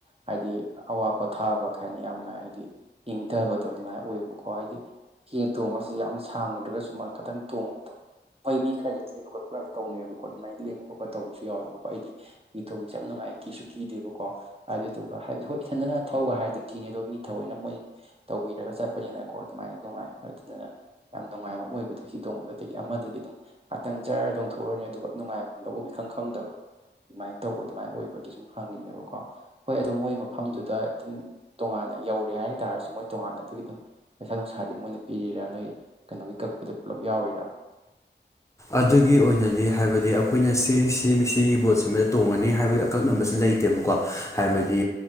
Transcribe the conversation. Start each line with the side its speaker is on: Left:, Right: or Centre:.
Right: ꯍꯥꯏꯗꯤ ꯑꯋꯥ ꯄꯣꯠ ꯊꯥꯕ ꯀꯩ ꯍꯥꯏꯅꯤ ꯌꯥꯝꯅ ꯍꯥꯏꯗꯤ ꯏꯪꯙꯕꯗꯣ ꯑꯗꯨꯃꯥꯏ ꯑꯣꯏꯌꯦꯕꯀꯣ ꯍꯥꯏꯗꯤ ꯍꯤ ꯇꯣꯡꯕꯁꯤ ꯌꯥꯝ ꯁꯥꯡꯉꯨꯗ꯭ꯔꯥꯒꯁꯨ ꯃꯥ ꯈꯤꯇꯪ ꯇꯣꯡꯉꯨꯕꯗꯣ ꯍꯣꯏ ꯃꯤ ꯈꯔꯗꯤ ꯀꯤꯕ ꯈꯣꯠꯄꯒꯁꯦ ꯇꯧꯅꯩꯕꯀꯣ ꯑꯗꯨꯃꯥꯏ ꯂꯦꯡꯕ ꯈꯣꯠꯄ ꯇꯧꯕꯁꯨ ꯌꯥꯎꯋꯦꯕꯀꯣ ꯑꯩꯗꯤ ꯍꯤ ꯇꯣꯡꯕꯁꯦ ꯌꯥꯝ ꯅꯨꯡꯉꯥꯏ ꯀꯤꯁꯨ ꯀꯤꯗꯦꯕꯀꯣ ꯑꯗꯨꯗꯨꯒ ꯍꯥꯏꯕꯗꯤ ꯍꯣꯏ ꯏꯊꯟꯗꯅ ꯊꯧꯒ ꯍꯥꯏꯗꯤ ꯀꯤꯅꯤ ꯑꯗꯣ ꯃꯤ ꯊꯑꯣꯏꯅ ꯃꯣꯏ ꯇꯧꯕꯤꯔꯒ ꯆꯠꯄꯅꯤꯅꯀꯣ ꯑꯗꯨꯃꯥꯏꯅ ꯅꯨꯡꯉꯥꯏ ꯍꯣꯏ ꯑꯗꯨꯗꯨꯅ ꯌꯥꯝ ꯅꯨꯡꯉꯥꯏꯕ ꯑꯃ ꯑꯣꯏꯕꯗꯣ ꯍꯤ ꯇꯣꯡꯕꯗꯨꯗꯒꯤ ꯑꯃꯗꯨꯗꯤ ꯑꯗꯨꯝ ꯉꯥꯛꯇꯪ ꯖ꯭ꯔ ꯇꯣꯡꯊꯣꯛꯎꯔꯅꯤ ꯑꯗꯨꯒ ꯅꯨꯡꯉꯥꯏꯚꯝ ꯂꯧꯕꯝ ꯏꯈꯪ ꯈꯪꯗꯕꯗꯣ ꯑꯗꯨꯃꯥꯏ ꯇꯧꯕ ꯑꯗꯨꯃꯥꯏ ꯑꯣꯏꯕꯒꯤ ꯁꯨꯝ ꯍꯪꯉꯤꯅꯦꯕꯀꯣ ꯍꯣꯏ ꯑꯗꯣ ꯃꯣꯏ ꯃꯐꯝꯗꯨꯗ ꯑꯗꯨꯝ ꯇꯣꯉꯥꯟꯅ ꯌꯧꯔꯦ ꯍꯥꯏ ꯇꯥꯔꯁꯨ ꯃꯣꯏ ꯇꯣꯉꯥꯟꯅ ꯑꯗꯨꯒꯤ ꯑꯗꯨꯝ ꯄꯩꯁꯥ ꯅꯨꯡꯁꯥꯗꯤ ꯃꯣꯏꯅ ꯄꯤꯔꯤꯔꯥ ꯅꯣꯏ ꯀꯩꯅꯣꯒꯤ ꯀꯛꯄꯗ ꯄꯨꯂꯞ ꯌꯥꯎꯔꯤꯔꯥ
Left: ꯑꯗꯨꯒꯤ ꯑꯣꯏꯅꯗꯤ ꯍꯥꯏꯕꯗꯤ ꯑꯩꯈꯣꯏꯅ ꯁꯤ ꯁꯤ ꯁꯤꯒꯤ ꯕꯣꯠꯁꯤꯃꯗ ꯇꯣꯡꯉꯅꯤ ꯍꯥꯏꯕꯒꯤ ꯑꯀꯛꯅꯕꯁꯤ ꯂꯩꯇꯦꯕꯀꯣ ꯍꯥꯏꯕꯗꯤ